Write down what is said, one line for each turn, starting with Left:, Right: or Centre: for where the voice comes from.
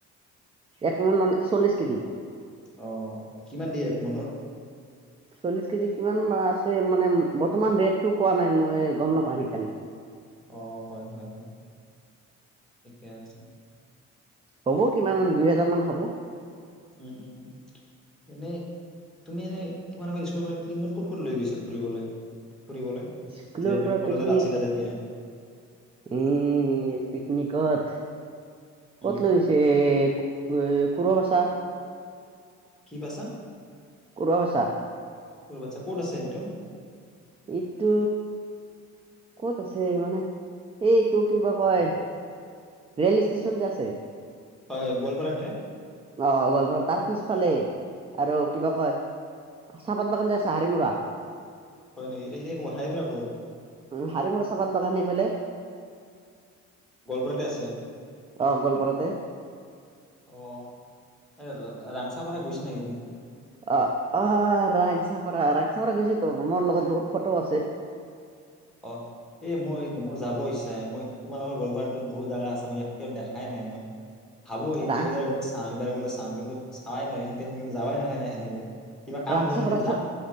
Right: এক মুন মানে চল্লিশ। দি।
Centre: অ', কিমান দিয়ে এক মোনৰ?
Right: চল্লিশ কেজি কিমান বা আছে। মানে বৰ্তমান ৰেটটো কোৱা নাই মই গম নাপাওঁ সেইকাৰণে।
Centre: অ হয় হয় হয়। এ আছে।
Right: হ'ব কিমান দুই হোজাৰ মান হ'ব।
Centre: উম উম এনেই তুমি এনে তোমাৰৰ স্কুলৰ পৰা পিকনিকত ক'ত ক'ত লৈ গৈছে ফুৰিবলৈ। <unintelligible>
Right: স্কুলৰ
Centre: যেতিয়া তুমি
Right: পৰা
Centre: কলেজত
Right: পিকনিক,
Centre: আছিলা যেতিয়া।
Right: উম। নিকট।
Centre: উম,
Right: কত লৈ গৈছে উ কৰুৱ ভচা।
Centre: কি বছা।
Right: কৰুৱা ভাষা।
Centre: কুৰু বাচা ক'ত আছে এইটো।
Right: এইটো ক'ত আছে মানে, এইটো কিবা কয় ৰেল ষ্টেচন যে আছে।
Centre: হয় হয় গোৱালপাৰাতে।
Right: অ গোৱালপাৰা তাৰ পিছফালে, আৰু কিবা কয়, চাহপাত বাগান যে আছে হাৰি মৰা?
Centre: হয় নেকি? এতিয়া এতিয়া ক হাইমৰা ক'ত?
Right: উম, হাৰিমৰা চাপাত বাগান এইফালে
Centre: গোৱলপাৰাতে আছে।
Right: অ' গোৱালপাৰাতে
Centre: অ, সেই। ৰাংচা পাৰা গৈছা নে
Right: অ অ, ৰাংচাপাৰা ৰাংচাপা গৈছোঁ তো, মোৰ লগত বহুত ফটো আছে।
Centre: অ, এ মই মোৰ যাব হৈছে। মই। তোমালোকৰ গড় গাওঁটো বহুত জাগা আছে মই দেখাই নাই মই। ভাবো
Right: ৰাং
Centre: এইবাৰ গ'লে চাওঁ এইবাৰ গ'লে। চাম কিন্তু চোৱাই নহয় সেনেকে যোৱাই নহয় না সেনেকে। কিবা কাম
Right: ৰাংচাপাৰাত
Centre: লৈ কিনে যাম
Right: চ